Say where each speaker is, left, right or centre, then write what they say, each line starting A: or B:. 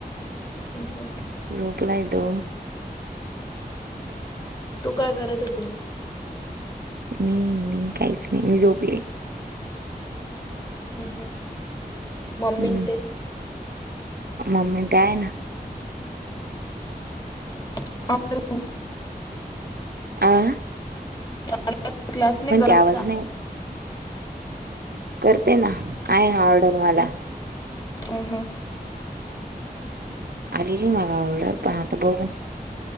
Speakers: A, on the left; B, on the right.
A: हम् हम्.
B: झोपलाय तो.
A: तू काय करत होती मग?
B: मी मी काहीच नाही, मी झोपले.
A: हं हं मम्मी
B: हम्म
A: न ते.
B: मम्मी ते आहे ना.
A: <inaudible>
B: आ?
A: <unintelligible> क्लास नाही करत
B: आवाज
A: का?
B: नाही करते ना, आहे ऑर्डर मला.
A: अं हं.
B: आलेली मला ऑर्डर पण आता बघू.